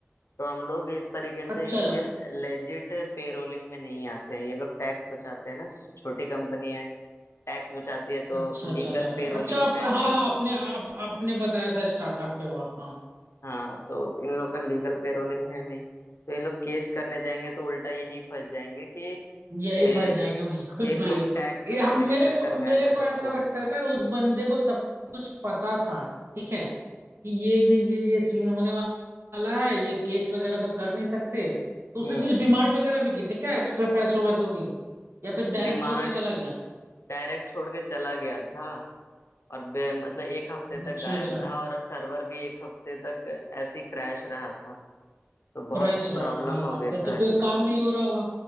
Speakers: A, on the left; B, on the right.
A: तो हम लोग एक तरीके से
B: अच्छा
A: इनके लेजिट पेरोलिंग में नहीं आते हैं ये लोग टैक्स बचाते हैं ना छोटी कंपनी है टैक्स बचाती है तो
B: अच्छा
A: लीगल
B: अच्छा अच्छा अच्छा
A: पेरोलिंग
B: अच्छा आप
A: है
B: हाँ
A: नहीं
B: हाँ आपने आप आपने बताया था स्टार्टअप पे हो आप हाँ
A: हाँ तो इन लोग का लीगल पेरोलिंग है नहीं तो ये लोग केस करने जाएंगे तो उल्टा यही फंस जाएंगे कि
B: यही
A: ए,
B: फंस जाएंगे बिल्कुल
A: कि
B: भाई
A: तुम टैक्स बचाने
B: ये हम
A: के
B: मेरे
A: चक्कर
B: को
A: में
B: मेरे
A: ऐसा
B: को
A: करते
B: ऐसा
A: हो
B: लगता है ना उस बंदे को सब कुछ पता था ठीक है कि ये ये ये ये सीन होने वाला है ये केस वगैरह तो कर नहीं सकते तो उसने
A: हम्म
B: कुछ डिमांड वगैरह भी की थी क्या एक्स्ट्रा पैसों वैसों की या फिर डायरेक्ट
A: डिमांड
B: छोड़ के चला गया
A: डायरेक्ट छोड़ के चला गया था और बे मतलब एक हफ्ते
B: अच्छा
A: तक गायब
B: अच्छा
A: रहा और सर्वर भी एक हफ्ते तक ऐसे ही क्रैश रहा था तो बहुत
B: क्रैश रहा
A: प्रॉब्लम
B: हाँ
A: हो
B: हाँ
A: गए
B: फिर
A: था
B: तो कोई काम नहीं हो रहा होगा